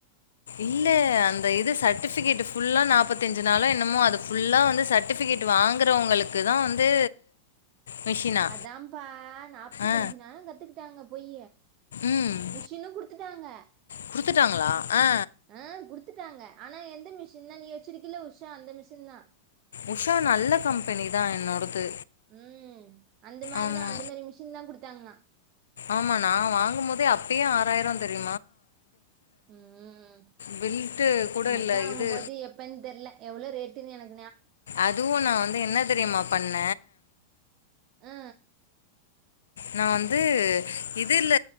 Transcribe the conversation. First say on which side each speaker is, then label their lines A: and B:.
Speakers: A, on the left (about 65°); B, on the right (about 35°).
A: இல்ல அந்த இது சட்டிஃபிகேட்டு ஃபுல்லா நாப்பத்தஞ்சு நாளு என்னமோ அது ஃபுல்லா வந்து சட்டிஃபி கேட்டு வாங்குறவங்களுக்குதா வந்து மிஷினா?
B: அதான்ப்பா நாப்பத்தஞ்சு
A: ஆ.
B: நாளு கத்துக்கிட்டாங்க போயி
A: ம்.
B: மிஷின்னு குடுத்துட்டாங்க
A: குடுத்துட்டாங்களா? ஆ.
B: ஆ குடுத்துட்டாங்க ஆனா எ ந்த மிஷின்னா நீ வச்சிருக்கில உஷா அந்த மிஷின் தா
A: உஷா நல்ல கம்பெனி தா என்னோடது
B: ம் அந்த மாரிதா
A: ஆமா.
B: அந்த மாரி மிஷின் தா குடுத்தாங்களா
A: ஆமா நா வாங்கும் போதே அப்பயே ஆறாயிரோ அந்த ரே
B: ம் ம்
A: பெல்ட்டு கூட
B: எ அக்கா
A: இல்ல.
B: வாங்கும்போது
A: இது
B: எப்பன் தெர்ல எவ்வளோ ரேட்டுன் எனக்
A: அதுவு நா வந்து என்ன தெரியுமா பண்ண
B: ஆ
A: நா வந்து இதுல